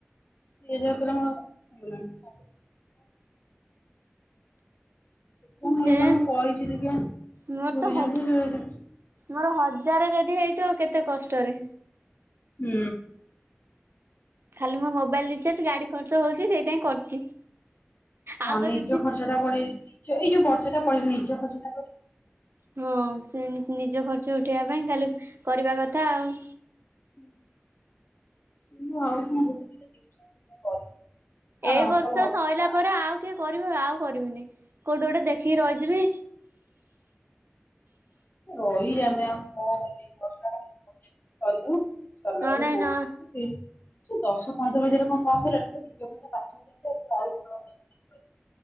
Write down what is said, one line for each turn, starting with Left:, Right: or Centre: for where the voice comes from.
Left: ଦ ହଜାର ପଇ <unintelligible> ଦେ ମୁଁ
Right: ଯେ
Left: ଏଇ ଜଣ କହିଛି ଟିକେ
Right: ମୋର
Left: ଗୁରୁଜଙ୍କୁ
Right: ତ ହ
Left: ଯ <unintelligible>
Right: ମୋର ହଜାରେ ଯଦି ହେଇଥିବ କେତେ କଷ୍ଟରେ
Left: ହୁଁ
Right: ଖାଲି ମୋ ମୋବାଇଲ ରିଚାର୍ଜ ଗାଡି ଖର୍ଚ୍ଚ ହଉଛି ସେଇଥିପାଇଁ କରୁଛି
Left: ହଁ
Right: ଆଉ ତ
Left: ନିର୍ଜ
Right: କିଛି
Left: ଖର୍ଚ୍ଚ ଟା ପଡିବ ନିଜ ଏଇ ଯୋଉ ବର୍ଷା ଟା ପଡିବ ନିର୍ଜ ଖର୍ଚଟା
Right: ହଁ ସେ ନିଜ ଖର୍ଚ ଉଠେଇବା ପାଇଁ ଖାଲି କରିବା କଥା ଆଉ
Left: <inaudible> ଆଉ
Right: ଏଇ
Left: ନ
Right: ବର୍ଷ
Left: କଲେ ହବନି।
Right: ସରିଲା ପରେ ଆଉ କିଏ କରିବ ଆଉ କରିବିନି କୋଉଠି ଗୋଟେ ଦେଖିକି ରହିଯିବି
Left: ରହି ଆମେ ଆଉ କଣ ବର୍ଷାୁ <unintelligible> ସରିଲାବେଲେ
Right: ନ ନାଇଁ
Left: କୋଟ
Right: ନ
Left: ରଛି ନା ସେଇ <unintelligible> ସେ ଦଶ ପନ୍ଦର ହଜାର କଣ କମ ହେଲାଣି ତ ନିଜ ପଇସା ପାଞ୍ଚ ହଜାର ଆ <unintelligible>